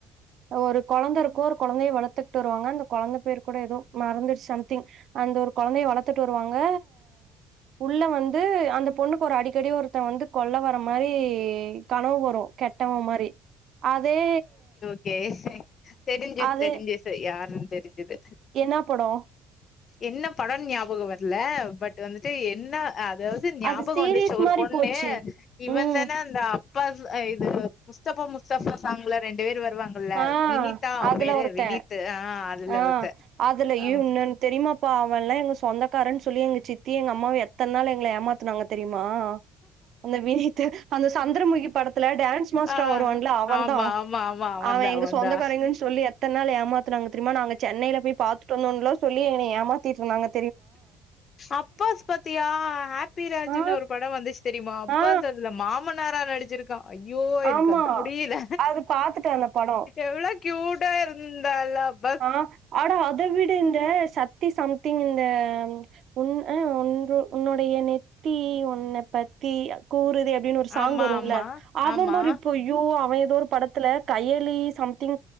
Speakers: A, on the right; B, on the left.
A: ஒரு கொழந்த இருக்கும் ஒரு கொழந்தயை வளத்துக்கிட்டு வருவாங்க அந்த கொழந்த பேர் கூட எதுவும் மறந்துச்சு சம்திங் அந்த ஒரு கொழந்தய வளத்துட்டு வருவாங்க உள்ள வந்து அந்த பொண்ணுக்கு ஒரு அடிக்கடி ஒருத்த வந்து கொல்ல வர மாரி கனவு வரும் கெட்டவ மாரி அதே
B: சேர் சேர் தெரிஞ்சு
A: அது
B: தெரிஞ்சு யாருன்னு தெரிஞ்சுது
A: என்னா படம்
B: என்ன படம் ஞாபகம் வரல பட் வந்துட்டு என்ன அதாவது இது ஞாபகம்
A: அது சீரீஸ்
B: வந்துச்சு ஒரு
A: மாரி
B: பொண்ணு
A: போச்சு
B: இவன்
A: ம்
B: தானா இந்த அப்பாஸ் இது முஸ்தபா முஸ்தபா சாங்ல ரெண்டு பேரு வருவாங்க ல்ல
A: ஆ
B: வினிதா அவன்
A: அதுல
B: பேரு
A: ஒருத்த
B: வினித் ஆ அதுல
A: ஆ
B: ஒருத்த
A: அதுலயும்
B: அவ
A: இன் தெரிமாப்பா அவன்ல்லாம் எங்க சொந்தக்காரன்னு சொல்லி எங்க சித்தி எங்க அம்மாவு எத்தன் நாள் எங்கள ஏமாத்துனாங்க தெரிமா அந்த வினித் அந்த சந்திரமுகி படத்துல டான்ஸ் மாஸ்டரா
B: ஆ
A: வருவான்ல அவன்தா
B: ஆமா ஆமா ஆமா அவந்தா
A: அவன் எங்க
B: அவந்தா
A: சொந்தக்காரங்கன்னு சொல்லி எத்தன்நாள் ஏமாத்துனாங்க தெரிமா நாங்க சென்னைல போய் பாத்துட்டு வந்தோன்லா சொல்லி என்ன ஏமாத்திட்டு இருதாங்க
B: அப்பாஸ் பாத்தியா ஹாப்பிராஜ்னு
A: ஆ
B: ஒரு படம் வந்துச்சு தெரிமா அப்பாஸ்
A: ஆ
B: அதுல மாமனாரா நடிச்சுருக்கான் ஐயோ எனக்
A: ஆமா
B: அந்த முடியல
A: அது பாத்துட்ட அந்த படோ
B: எவ்ளோ க்யூட்டா இருந்தாலவ்
A: ஆ அட அத விட இந்த சத்தி சம்திங் இந்த உன் அ உன்று உன்னுடைய நெத்தி உன்ன பத்தி கூறுதே அ ப்டின்னு ஒரு சாங்
B: ஆமா
A: வரும்ல
B: ஆமா
A: அவபரு
B: ஆமா
A: இப்போ யோ அவ ஏதோ ஒரு படத்துல கையலி சம்திங்